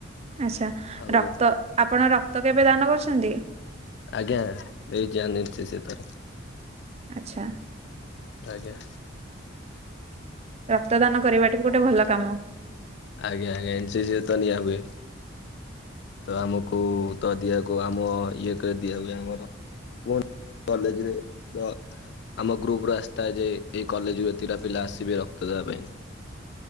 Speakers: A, on the right; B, on the left.
A: ଆଚ୍ଛା
B: ଆଉ
A: ରକ୍ତ ଆପଣ ରକ୍ତ କେବେ ଦାନ କରିଛନ୍ତି?
B: ଆଜ୍ଞା <unintelligible> ସେ ତାର।
A: ଆଚ୍ଛା।
B: ଆଜ୍ଞା।
A: ରକ୍ତଦାନ କରିବା ଟ ବି ଗୋଟେ ଭଲ କାମ।
B: ଆଜ୍ଞା ଆଜ୍ଞା ଏନ୍ସିସି ରେ ତ ନିଆ ହୁଏ। ତ ଆମକୁ ତ ଦିଆକୁ ଆମ ଇଏ କ ଦିଆ ହୁଏ ଆମର। <unintelligible> କଲେଜରେ <unintelligible> ଆମ ଗ୍ରୁପ ର ଆସିଥାଏ ଯେ ଏଇ କଲେଜରୁ ଏତିକଟା ପିଲା ଆସିବେ ରକ୍ତ ଦେବା ପାଇଁ।